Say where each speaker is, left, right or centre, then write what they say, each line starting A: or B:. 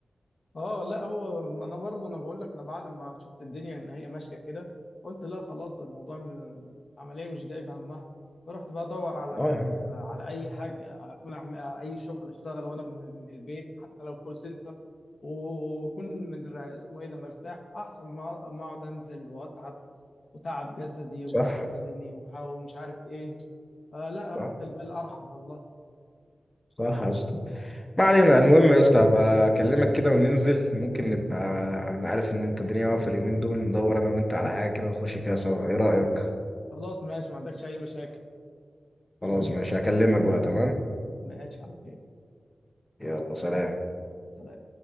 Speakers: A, on the left (about 60°); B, on the left (about 20°).
A: اه لا هو انا برضه انا بقول لك انا بعد ما شفت الدنيا ان هي ماشيه كده قلت لا خلاص الموضوع م- العمليه مش جايبه همها فرحت بقى ادور على ال-
B: اه
A: على اي حاجه اكون أعمل اي شغل اشتغل وانا من من البيت حتى لو كول سنتر واكون من اسمه ايه ده مرتاح احسن ما ما اقعد انزل واتعب وتعب جسدي
B: صح
A: وبدني وح- ومش عارف ايه فلا
B: صح
A: راحة البال ارحم والله
B: صح يا اسطى ما علينا المهم يا اسطى هبقى اكلمك كده وننزل ممكن نبقى انا عارف ان انت الدنيا واقفه اليومين دول ندور انا وانت على حاجه كده نخش فيها سوا ايه رايك
A: خلاص ماشي ما عندكش اي مشاكل
B: خلاص ماشي هكلمك بقى تمام
A: ماشي على خير
B: يلا سلام
A: سلام